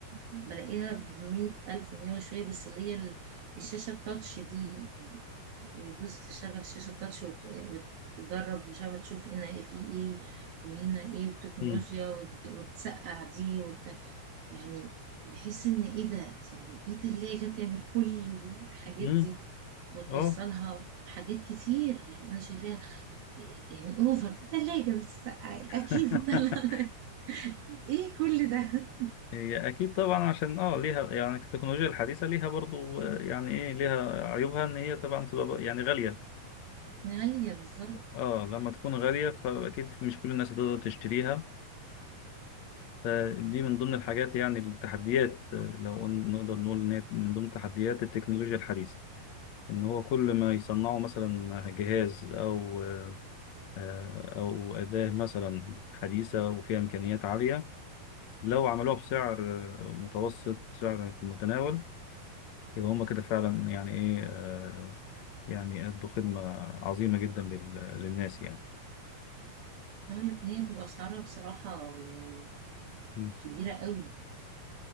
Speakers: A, on the right; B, on the left.
A: بلاقيها بمية ألف ومية وشوية بس اللي هي ال- الشاشة التاتش دي دوس تشغل الشاشة التاتش وت- وتجرب مش عارفة تشوف هنا فيه ايه وهنا ايه وتكنولوجيا
B: امم
A: وت- وتسقع دي يعني بحس ان ايه ده يعني ايه تلاجة تعمل كل الحاجات
B: امم
A: دي وتوصلها
B: أه
A: حاجات كتير يعني انا شايفاها يعني اوفر دي تلاجة بتسقع الاكل
B: <laughs>
A: <laughs> طلع- ايه كل ده
B: هي اكيد طبعا عشان اه ليها يعني التكنولوجيا الحديثه ليها برضو آه، يعني ايه ليها عيوبها ان هي طبعا بتبقى ب- يعني غاليه
A: غالية بالظبط
B: اه لما تكون غاليه فاكيد مش كل الناس هتقدر تشتريها فدي من ضمن الحاجات يعني التحديات آه، لو قلنا- نقدر نقول ان هي من ضمن تحديات التكنولوجيا الحديثه ان هو كل ما يصنعوا مثلا جهاز او آه، آه، او اداه مثلا حديثه وفيها امكانيات عاليه لو عملوها بسعر آه، متوسط سعر في المتناول يبقى هم كده فعلا يعني ايه آه، يعني ادوا خدمة عظيمة جدا لل- للناس يعني
A: اقول لك ان هي بتبقى اسعارها بصراحة يعني
B: مم.
A: كبيرة قوي